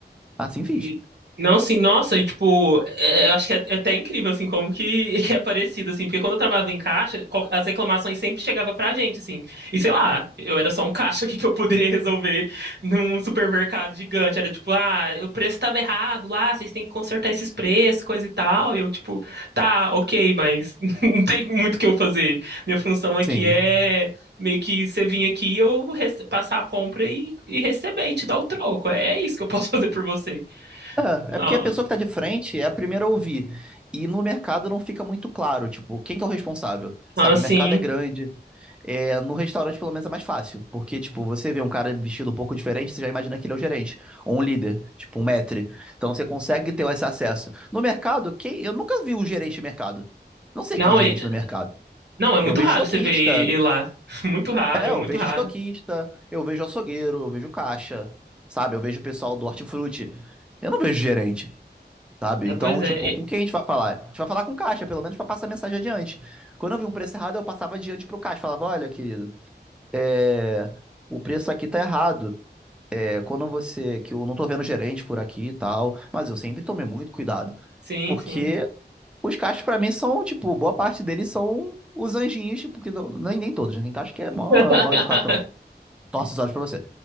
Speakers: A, in the centre; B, on the right.
A: Assim fiz.
B: E- Não, assim, nossa, e tipo, é- eu acho que é, é até incrível, assim, como que, <laughs> que é parecido, assim, porque quando eu trabalhava em caixa, qual- as reclamações sempre chegavam pra gente, assim, e sei lá, eu era só um <laughs> caixa, o que que eu poderia resolver num supermercado gigante? Era tipo, ah, o preço tava errado lá, vocês têm que consertar esses preços, coisa e tal, e eu, tipo, tá, ok, mas <laughs> não tem muito o que eu fazer. Minha função aqui
A: Sim.
B: é meio que você vir aqui, eu rece- passar a compra e, e receber, e te dar o troco, é é isso que eu posso <laughs> fazer por você.
A: É,
B: Não,
A: é porque a pessoa que tá de frente é a primeira a ouvir. E no mercado não fica muito claro, tipo, quem que é o responsável? Sabe,
B: assim,
A: o mercado é grande. É, no restaurante, pelo menos, é mais fácil. Porque, tipo, você vê um cara vestido um pouco diferente, você já imagina que ele é o gerente. Ou um líder, tipo, um maître. Então você consegue ter esse acesso. No mercado, quem... eu nunca vi um gerente de mercado. Não sei
B: não,
A: quem é um gerente
B: é,
A: no mercado.
B: não, é muito
A: Eu vejo
B: raro
A: estoquista.
B: você ver ele lá. <laughs> Muito raro,
A: É, eu
B: muito
A: vejo
B: raro.
A: estoquista. Eu vejo açougueiro. Eu vejo caixa. Sabe, eu vejo o pessoal do hortifruti. Eu não vejo gerente. Sabe?
B: Ah,
A: Então,
B: pois é,
A: tipo,
B: e-
A: com quem a gente vai falar? A gente vai falar com o caixa, pelo menos pra passar a mensagem adiante. Quando eu vi um preço errado, eu passava adiante pro caixa. Falava, olha, querido, é, o preço aqui tá errado. É, quando você... Que eu não tô vendo gerente por aqui e tal. Mas eu sempre tomei muito cuidado.
B: sim,
A: Porque
B: sim.
A: os caixas, pra mim, são, tipo... Boa parte deles são os anjinhos, tipo... Que não- nem, nem todos, né? Tem caixa que é mal,
B: <laughs>
A: mal educado também. Torce os olhos pra você.